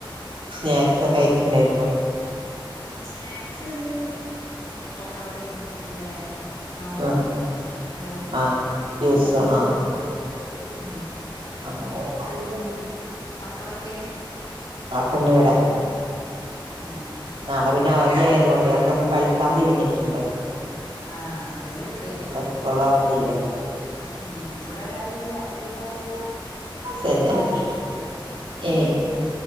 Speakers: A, on the right (about 80°); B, on the left (about 50°).
A: സ്നാക്സൊക്കെ അയിട്ടുണ്ടാരുന്നോ
B: സ്നാക്സ് ഇന്ന് പൊക്ക്കാവടയ്ന്നു പിന്നെ മാങ്ങ
A: ആഹ്
B: വെള്ളം
A: മാങ്ങ ജ്യൂസോ ആഹ് <unintelligible>
B: ഉം മക്കളൊക്കെ
A: കൊണ്ട് വിടെ
B: ഏഹ്
A: നാളെ പിന്ന അവ ദ്യായതുകൊണ്ടേ ഒക്കെ ഒന്ന് കളിക്കാൻ തിരിഞ്ഞിട്ടുണ്ട്
B: ആഹ് അതെന്നെ ഇവിടെയും
A: നാളെ സ്കൂൾ അവധിയല്ലേ
B: ഉം ഇവിടെ ഒരാളില്ല അവധി ന്നർഞ്ഞ്
A: തന്നെ
B: ഉമ്മാന്റെ വീട്ട് പോയി
A: ഏഹ്